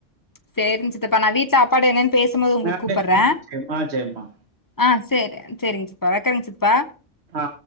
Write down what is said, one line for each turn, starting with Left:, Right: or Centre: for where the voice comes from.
Left: சேரிங் சித்தப்பா நா வீட்ல அப்பாட்டா என்னன் பேசும் போது உங்ளுக்
Right: நான்
Left: கூப்பர்றே
Right: பேசுறேன். சரிம்மா சரிம்மா
Left: ஆ சேரி சேரிங்க சித்தப்பா வெக்கறங் சித்தப்பா
Right: ஆ